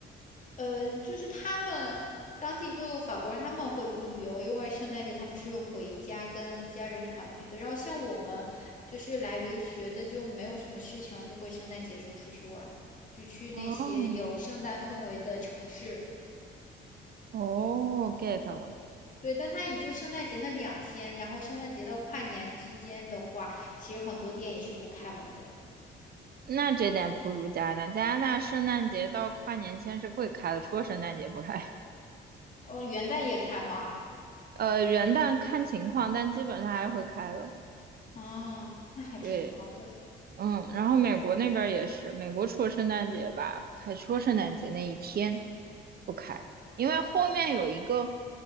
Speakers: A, on the left (about 40°); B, on the right (about 50°).
A: 呃，就是他们当地就法国人他们会不旅游，因为圣诞节他们是回家跟家人团聚的。然后像我们就是来留学的，就没有什么事情，就会圣诞节时候出去玩，就去那些有圣诞氛围的城市。
B: 哦，哦，get 了。
A: 对，但它也就圣诞节那两天，然后圣诞节到跨年之间的话，其实很多店也是不开门的。
B: 那这点不如加拿大。加拿大圣诞节到跨年前是会开的，除了圣诞节不开。<laughs>
A: 哦，元旦也开吗？
B: 呃，元旦看情况，但基本上还是会开的。
A: 嗯，那还挺好的。
B: 对。嗯，然后美国那边儿也是，美国除了圣诞节吧，不开除了圣诞节那一天不开，因为后面有一个，